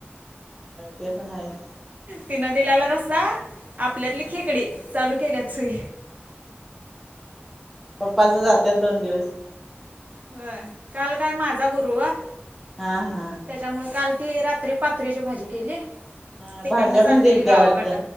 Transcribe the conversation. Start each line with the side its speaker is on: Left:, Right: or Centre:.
Centre: ते पण आहेच.
Right: तिनं दिलाला रस्सा आपल्यातली
Centre: ह
Right: खेकडी चालू केल्यात सोई.
Centre: पप्पाच जात दोन दिवस.
Right: होय काल काय माझा गुरुवार....
Centre: हा हा....
Right: त्याच्यामुळे काल ती रात्री पथरीची भाजी केली....
Centre: हा
Right: तिकडनं
Centre: भाज्या पण
Right: आणलेली
Centre: दिलत्या
Right: गावाकडन
Centre: वाटतं.